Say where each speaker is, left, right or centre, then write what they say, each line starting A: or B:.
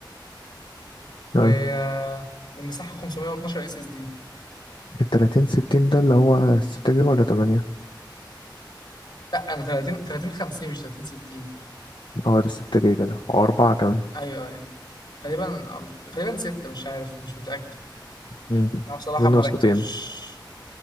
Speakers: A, on the left; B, on the left.
A: و
B: أه
A: آه، والمساحه 512 اس اس دي
B: التلاتين ستين ده اللي هو ستة جيجا ولا تمانية؟
A: لا انا 30 3050 مش 3060
B: أه ده ستة جيجا ده أو أربعة كمان
A: ايوه ايوه غالبا أرب- غالبا 6 مش عارف مش متاكد
B: أمم
A: انا بصراحه
B: منه
A: ملك
B: نسختين
A: مش